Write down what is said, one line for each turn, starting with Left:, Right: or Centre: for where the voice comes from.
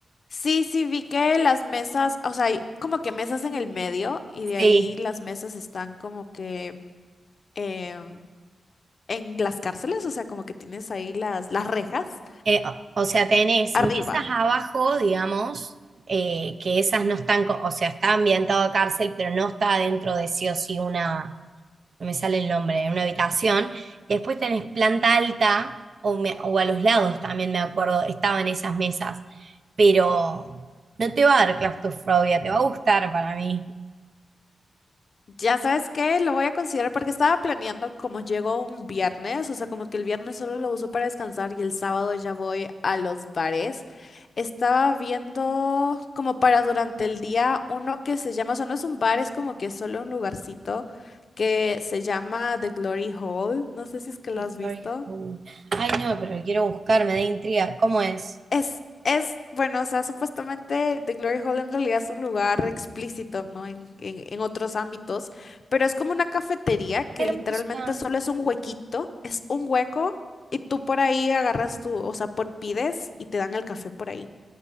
Left: Sí, sí, vi que las mesas, o sea, hay como que mesas en el medio y de
Right: Sí,
Left: ahí las mesas están como que... em, en las cárceles, o sea, como que tienes ahí las, las rejas
Right: Eh, o, o sea, tenés
Left: arriba.
Right: mesas abajo, digamos, eh, que esas no están, co- o sea, está ambientado a cárcel, pero no está adentro de sí o sí una, no me sale el nombre, una habitación. Y después tenés planta alta, o, me- o a los lados también me acuerdo, estaban esas mesas. Pero no te va a dar claustrofobia, te va a gustar para mí.
Left: Ya sabes qué, lo voy a considerar porque estaba planeando como llego un viernes, o sea, como que el viernes solo lo uso para descansar y el sábado ya voy a los bares. Estaba viendo como para durante el día uno que se llama, o sea, no es un bar, es como que solo un lugarcito que se llama The Glory Hall. No sé si es que lo
Right: The
Left: has
Right: Glory
Left: visto.
Right: Hole. Ay, no, pero lo quiero buscar, me da intriga. ¿Cómo es?
Left: Es, es, bueno, o sea, supuestamente The Glory Hall en realidad es un lugar explícito, ¿no? En, en, en otros ámbitos, pero es como una cafetería que
Right: Hermosa.
Left: literalmente solo es un huequito, es un hueco y tú por ahí agarras tu, o sea, por pides y te dan el café por ahí.